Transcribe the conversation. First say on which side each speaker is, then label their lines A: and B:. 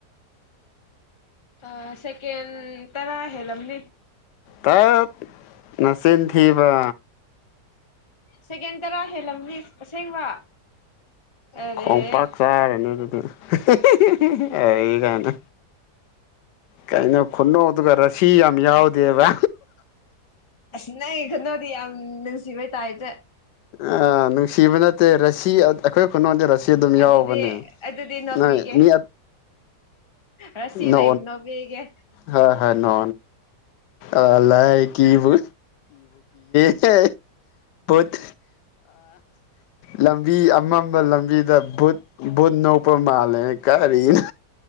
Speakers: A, on the left; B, on the left.
A: ꯑ ꯁꯦꯀꯦꯟ ꯇꯔꯥ ꯍꯦꯜꯂꯝꯅꯤ
B: ꯇꯥꯛ ꯅꯆꯤꯟꯊꯕ
A: ꯁꯦꯀꯦꯟ ꯇꯔꯥ ꯍꯦꯜꯂꯝꯅꯤ ꯑꯁꯦꯡꯕ ꯑꯔꯦ
B: ꯈꯣꯡꯄꯥꯛ ꯆꯥꯔꯅꯤ ꯑꯗꯨꯗꯤ ꯍ <unintelligible> ꯍ ꯀꯥꯏꯅ ꯀꯥꯏꯅ ꯈꯨꯨꯅ ꯍꯗꯨꯒꯔ ꯁꯤ ꯌꯥꯝꯃꯤ ꯌꯥꯎ ꯗꯦꯕ
A: ꯑꯁ ꯅ ꯈꯅꯣꯗꯤ ꯌꯥꯝ ꯅꯨꯡꯁꯤꯕꯣꯏ ꯇꯥꯏꯇꯦ
B: ꯑ ꯅꯨꯡꯁꯤꯕ ꯅꯠꯇꯦ ꯔꯁꯤ ꯑꯩꯈꯣꯏ ꯈꯨꯅꯃꯛꯗꯤꯁꯤ ꯁꯤ ꯑꯗꯨꯝ
A: ꯑꯗꯨꯗꯤ
B: ꯌꯥꯎꯕꯅꯦ
A: ꯑꯗꯨꯗꯤ ꯅꯣꯛꯄꯤꯒꯦ
B: ꯅꯣꯏ ꯃꯤ
A: ꯔꯁꯤ
B: ꯅ
A: ꯂꯩꯅ ꯅꯣꯛꯄꯤꯒꯦ
B: ꯍ ꯍ ꯅ ꯑ ꯂꯕꯨꯕꯨ ꯀ ꯠ ꯂꯝꯕꯤ ꯑꯃꯝꯕ ꯂꯝꯕꯤꯗ ꯕꯨꯠ ꯕꯨꯠ ꯅꯣꯛ ꯄ ꯃꯥꯂꯦꯅꯦ ꯀꯔꯅ